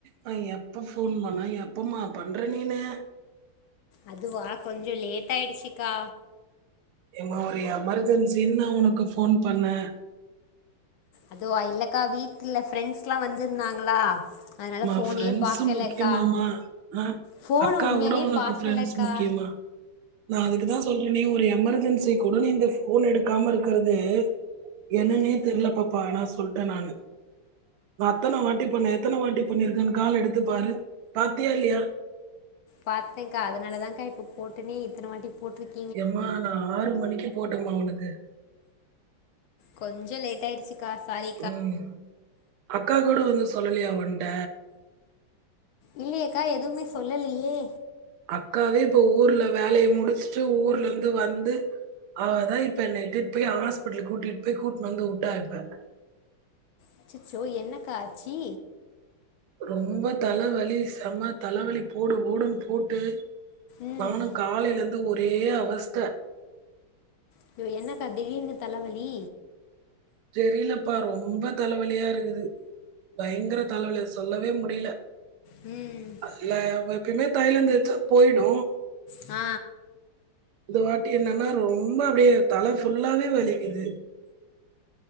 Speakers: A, on the right (about 80°); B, on the left (about 70°).
A: நா எப்ப ஃபோன் பண்ணா எப்பமா பண்ற நீனு
B: அதுவா கொஞ்சோ லேட் ஆயிடுச்சு கா
A: ஏமா ஒரு எமர்ஜென்சினு நா உனக்கு ஃபோன் பண்ணே
B: அதுவா இல்லக்கா வீட்ல ஃப்ரெண்ட்ஸ்லா வந்திருந்தாங்களா அதனால
A: மா
B: ஃபோனே
A: ஃப்ரெண்ட்சு
B: பாக்கலக்கா
A: முக்கியமா மா ஆ
B: ஃபோனு
A: அக்காவோட
B: உண்மையானே
A: ஒனக்கு
B: பாக்கலக்கா
A: ஃப்ரெண்ட்ஸ் முக்கியமா நா அதுக்குதா சொல்றேனே ஒரு எமெர்ஜென்சி கூட நீ இந்த ஃபோன எடுக்காம இருக்குறது என்னனே
B: ம்
A: தெர்ல பாப்பா ஆனா சொல்ட்டே நானு நா அத்தன வாட்டி பண்ணே எத்தன வாட்டி பண்ணிருக்கேனு கால எடுத்து பாரு பாத்தியா இல்லயா
B: பாத்தே கா அதனால தா கா இப்ப போட்டேனே இத்தன வாட்டி போட்ருக்
A: யம்மா நா ஆறு மணிக்கு போட்டேம்மா உனக்கு
B: கொஞ்சோ லேட் ஆயிடுச்சு கா சாரி
A: ம் அக்கா கூட வந்து சொல்லலையா ஓன்ட
B: இல்லயே கா எதுமே சொல்லலியே
A: அக்காவே இப்ப ஊர்ல வேலய முடிசுட்டு ஊர்ல இருந்து வந்து அவ தா இப்ப என்னைய இட்டுன்டு போய் ஹாஸ்பிட்லு கூட்டிட்டு போய் கூப்ட்னு வந்து விட்டா இப்ப
B: அச்சச்சோ என்னக்கா ஆச்சி
A: ரொம்ப தலவலி செம தலவலி போடு போடுனு போ டு
B: ம்
A: நானு காலையில இருந்து ஒரே அவஸ்த
B: அயோ என்னக்கா திடீர்னு தலவலி
A: தெரில பா ரொம்ப தலவலியா இருக்குது பயங்கர தலவலி சொல்லவே முடில
B: ம்
A: இல்ல எப்பயுமே தய்லோ தேச்சா போய்டு
B: ஆ
A: இந்த வாட்டி என்னனா ரொம்ப அப்டியே தல ஃபுல்லாவே வலிக்குது